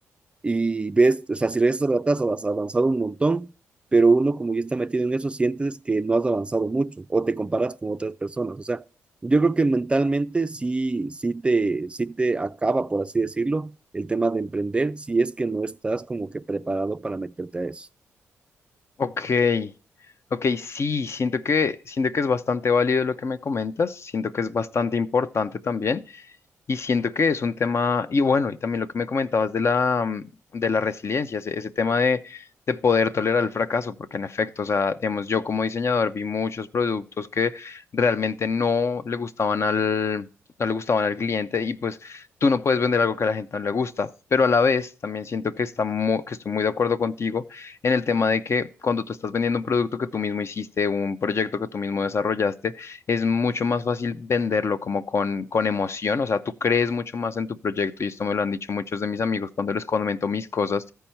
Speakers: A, on the right; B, on the left.
A: y ves, o sea, si lees esas ratas has avanzado un montón, pero uno como ya está metido en eso, sientes que no has avanzado mucho o te comparas con otras personas. O sea, yo creo que mentalmente sí, sí te, sí te acaba, por así decirlo, el tema de emprender si es que no estás como que preparado para meterte a eso.
B: ok, ok, sí, siento que, siento que es bastante válido lo que me comentas, siento que es bastante importante también. Y siento que es un tema, y bueno, y también lo que me comentabas de la, mm, de la resiliencia, ese, ese tema de, de poder tolerar el fracaso, porque en efecto, o sea, digamos, yo como diseñador vi muchos productos que realmente no le gustaban al, no le gustaban al cliente y pues tú no puedes vender algo que a la gente no le gusta, pero a la vez también siento que, está mu- que estoy muy de acuerdo contigo en el tema de que cuando tú estás vendiendo un producto que tú mismo hiciste, un proyecto que tú mismo desarrollaste, es mucho más fácil venderlo como con, con emoción, o sea, tú crees mucho más en tu proyecto y esto me lo han dicho muchos de mis amigos cuando les comento mis cosas.